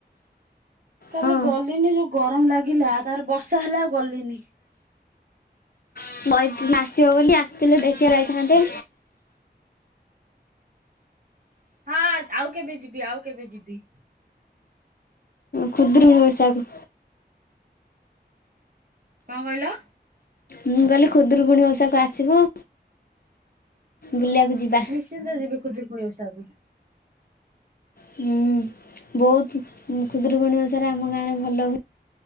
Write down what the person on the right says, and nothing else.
କାଲି
ଗଲିନି ଯୋଉ ଗରମ ଲାଗିଲା ତାରେ ବର୍ଷା ହେଲା ଆଉ ଗଲିନି।
ହଁ ଆଉ କେବେ ଯିବି ଆଉ କେବେ ଯିବି।
କଣ କହିଲ?
ନିଶ୍ଚିନ୍ତ ଯିବି ଖୁଦରୁକୁଣିଓସାକୁ।